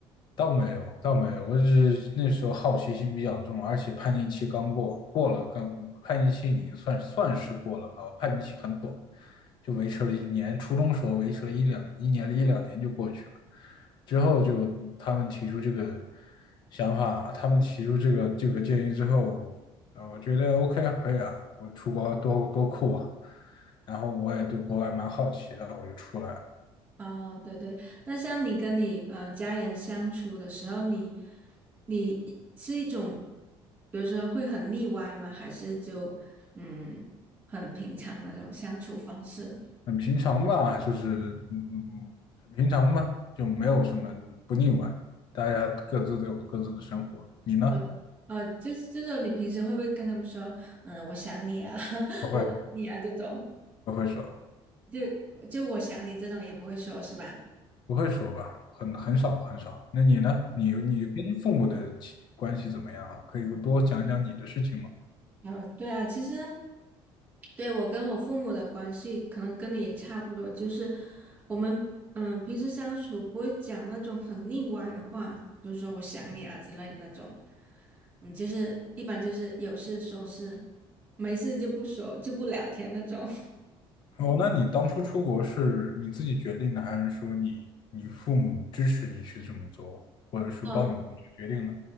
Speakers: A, on the left; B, on the right.
A: 倒没有，倒没有，我只是那时候好奇心比较重，而且叛逆期刚过，过了刚叛逆期已经算算是过了吧，叛逆期很短，就维持了一年，初中时候维持了一两一年一两年就过去了，之后就他们提出这个想法，他们提出这个这个建议之后，呃，我觉得 OK 啊，可以啊，我出国多多酷啊，然后我也对国外蛮好奇的，我就出来了。
B: 哦，对对，那像你跟你呃家人相处的时候，你你是一种，比如说会很腻歪吗？还是就嗯很平常那种相处方式？
A: 很平常吧，就是嗯嗯，很平常吧，就没有什么不腻歪，大家各自都有各自的生活。你呢？
B: 哦哦，就是就是你平时会不会跟他们说，嗯，我想你啊，<laughs>
A: 不会，
B: 我爱你啊这种，
A: 不会说，
B: 就就我想你这种也不会说是吧？
A: 不会说吧，很很少很少。那你呢？你你跟父母的亲关系怎么样啊？可以多讲讲你的事情吗？
B: 呃，对啊，其实对我跟我父母的关系，可能跟你也差不多，就是我们嗯平时相处不会讲那种很腻歪的话，比如说我想你啊之类的那种，嗯，就是一般就是有事说事，没事就不说就不聊天那种。<laughs>
A: 哦，那你当初出国是你自己决定的，还是说你你父母支持你去这么做，或者说帮你去决定呢？
B: 嗯